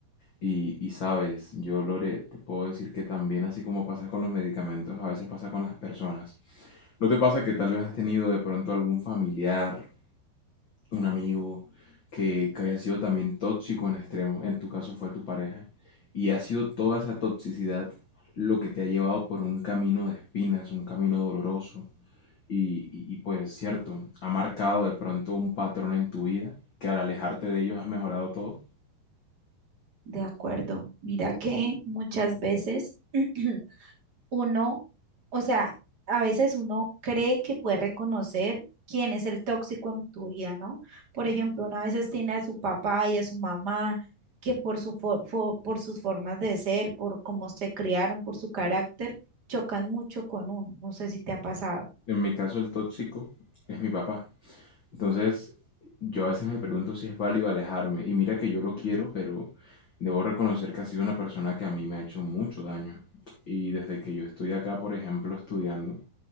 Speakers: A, on the left; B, on the right.
A: Y, y sabes, yo Lore, te puedo decir que también así como pasa con los medicamentos, a veces pasa con las personas. ¿No te pasa que tal vez has tenido de pronto algún familiar un amigo que, que haya sido también tóxico en extremo, en tu caso fue tu pareja, y ha sido toda esa toxicidad lo que te ha llevado por un camino de espinas, un camino doloroso, y, y, y pues cierto, ha marcado de pronto un patrón en tu vida que al alejarte de ellos has mejorado todo.
B: De acuerdo. Mira que muchas veces <clears throat> uno, o sea, a veces uno cree que puede reconocer quién es el tóxico en tu vida, ¿no? Por ejemplo, uno a veces tiene a su papá y a su mamá que por su for- fo- por sus formas de ser, por cómo se criaron, por su carácter, chocan mucho con uno. No sé si te ha pasado.
A: En mi caso el tóxico es mi papá. Entonces, yo a veces me pregunto si es válido alejarme. Y mira que yo lo quiero, pero debo reconocer que ha sido una persona que a mí me ha hecho mucho daño. Y desde que yo estoy acá, por ejemplo, estudiando,